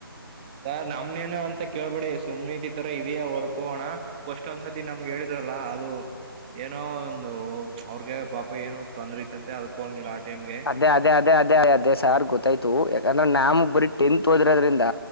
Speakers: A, on the right; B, on the left.
A: ಸ ನಮ್ನೇನು ಅಂತ ಕೇಳ್ಬೇಡಿ ಸುಮ್ನೆತಿ ತರ ಇವ ವರ್ಕು ಅಣ ಪಫಸ್ಟ್ ಒಂದ್ಸತಿ ನಮ್ಗೆ ಹೇಳಿದ್ರಲ್ಲ ಅದು ಏನೋ ಒಂದು ಅವ್ರಗೆ ಪಾಪ ಏನೋ ತೊಂದ್ರೆ ಇತ್ತಂತೆ ಅದಕ ಹೋಗಂಗಿಲ್ಲ ಆ ಟೈಮ್ಗೆ
B: ಅದೇ ಅದೇ ಅದೇ ಅದೇ ಅದೇ ಸಾರ್ ಗೊತ್ತಾಯ್ತು ಯಾಕಂದ್ರೆ ನಾಮ್ಮ್ ಬರಿ ಟೆಂಟ್ ಓದಿರೋದ್ರಿಂದ